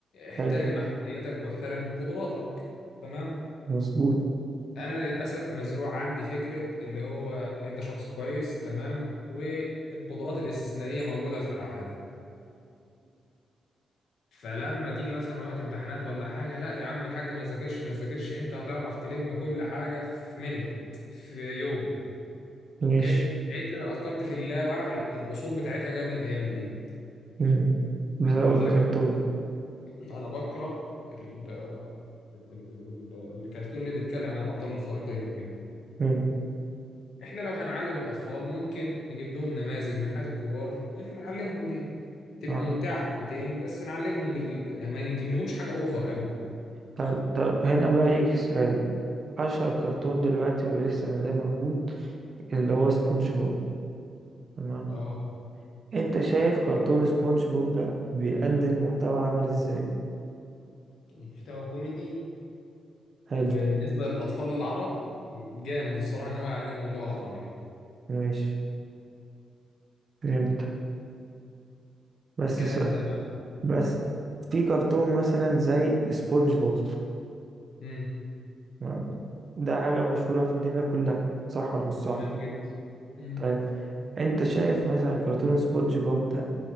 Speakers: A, on the left; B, on the right.
A: احترم
B: حلو
A: محدوديتك واحترم قدراتك تمام
B: مظبوط
A: انا للاسف مزروع عندي فكره اللي هو انت شخص كويس تمام والقدرات الاستثنائيه موجوده في العالم فلما تيجي مثلا وقت امتحانات ولا حاجه لا يا عم الحاج ما تذاكرش ما تذاكرش انت هتعرف تلم كل حاجه في منت في يوم
B: ماشي
A: اوكي لقيت ان الافكار دي في اللاوعي الاصول بتاعتها جايه من الايام دي
B: مم. بسبب
A: فلذلك
B: الكرتون
A: انا أنا بكره ال ال- ال- ال- الكرتون اللي بيتكلم عن الابطال الخارقين وكده
B: مم.
A: احنا لو هنعلم الاطفال ممكن نجيب لهم نماذج من حياة الكبار ونعلمهم بيها تبقى
B: اه
A: ممتعة حبتين بس نعلمهم بال... ما نجيب لهمش حاجة اوفر قوي
B: طب طب هنا بقى يجي سؤال اشهر كرتون
A: مم.
B: دلوقتي ولسه ما زال موجود اللي هو سبونج بوب تمام
A: اه
B: انت شايف كرتون سبونج بوب ده بيقدم محتوى عمل ازاي
A: محتوى كوميدي
B: حلو
A: وبالنسبة للاطفال العرب جامد الصراحة ان هو يعلمهم اللغة العربية
B: ماشي فهمتك بس
A: جامد
B: س...
A: ده يا معلم
B: بس في كرتون مثلا زي سبونج بوب
A: امم
B: تمام؟ ده حاجة مشهورة في الدنيا كلها صح ولا مش صح
A: تمام جدا امم
B: طيب انت شايف مثلا كرتون سبونج بوب ده